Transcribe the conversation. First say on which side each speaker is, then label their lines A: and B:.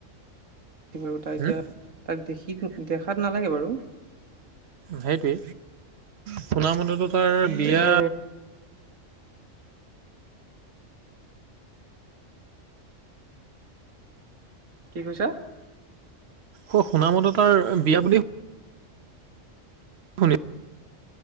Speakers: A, on the right; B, on the right.
A: ত এতিয়া
B: হুম,
A: তাক, দেখি দেখাত নালাগে বাৰু।
B: সেইটোৱে, শুনামতেতো তাৰ বিয়া
A: তাকে কি কৈছা?
B: আ সুনামতে তাৰ বিয়া বুলি শুনি